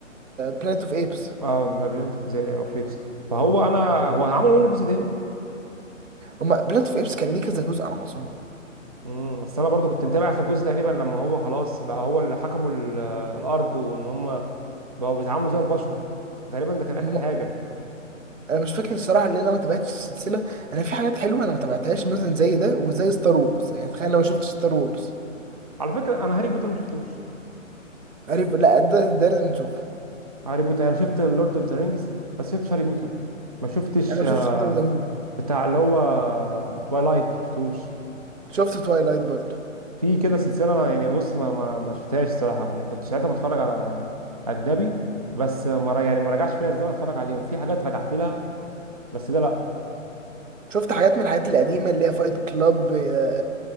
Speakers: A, on the right; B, on the right.
A: بلانت اوف ايبس
B: اه بابلينت في زي في بيبسي فهو انا هو هيعملوا منه جزء تاني
A: هما بلانت اوف ايبس كان ليه كذا جزء على ما اظن
B: امم اصل انا برضو كنت متابع اخر جزء تقريبا لما هو خلاص بقى هو اللي حكموا ال- الارض وان هم بقوا بيتعاملوا زي البشر تقريبا ده كان اخر
A: مو-
B: حاجه
A: انا مش فاكر الصراحه لان انا ما تابعتش السلسله انا في حاجات حلوه انا ما تابعتهاش مثلا زي ده وزي ستار وورز يعني تخيل انا ما شفتش ستار وورز
B: على فكره انا هاري بوتر ما شفتوش
A: عارف لا ده ده لازم نشوفه
B: هاري بوتر انا شفت لورد اوف ذا رينجز بس شفتش هاري بوتر ما شفتش
A: انا ما
B: آه،
A: شفتش ده زمان.
B: بتاع اللي هو توايلايت ما شفتوش
A: شفت توايلايت برضه
B: في كده سلسله انا يعني بص ما ما ما شفتهاش الصراحه يعني كنت ساعتها بتفرج على اجنبي بس ما ر- يعني ما رجعش بيا الزمن اتفرج عليهم في حاجات رجعت لها بس ده لا
A: شفت حاجات من الحاجات القديمة اللي هي فايت كلاب آه،